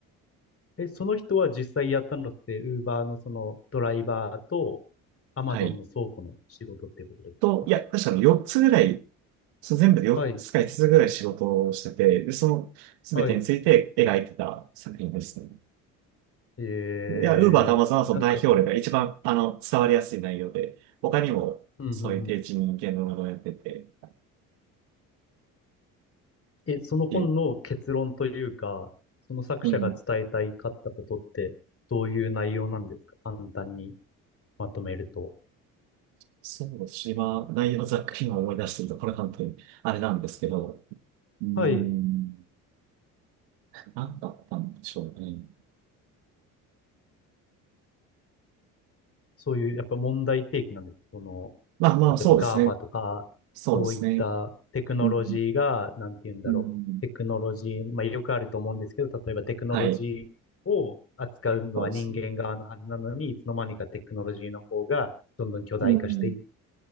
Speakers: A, on the left; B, on the right.
A: え、その人は実際やったのって、ウーバーのそのドライバーと、アマゾンの倉庫の仕事っていうことですか
B: はい。と、いや、確かに4つぐらいそう、全部で4つか5つつぐらい仕事をしてて、
A: はい、
B: で、その全てについて描いてた作品ですね。
A: はい。えー、
B: いや、ウーバーとアマゾンはその代表例が一番、
A: なんか、
B: あの、伝わりやすい内容で、他にもそういう低知人間のものをやってて、
A: うん、うん、うん。
B: っ
A: え、その本の結論というか、
B: ていう、
A: その作者が伝えたいかったことって、
B: うん、
A: どういう内容なんですか簡単にまとめると。
B: そうですし、今、内容ざっくり今思い出してると、これ本当にあれなんですけど、うーん、
A: はい。
B: なんだったんでしょうね。
A: そういう、やっぱ問題提起なんです。その、
B: まあまあ、
A: 例えば
B: そうですね。
A: GAFA とか、
B: そうですね。
A: そういったテクノロジーが、
B: うん、
A: なんて言うんだろう。
B: うん、
A: テクノロジー、まあよくあると思うんですけど、例えばテクノロジーを扱うのは人間側のはずなのに、
B: はい、そうですね。
A: いつの間にかテクノロジーの方がどんどん巨大化していっ
B: うん、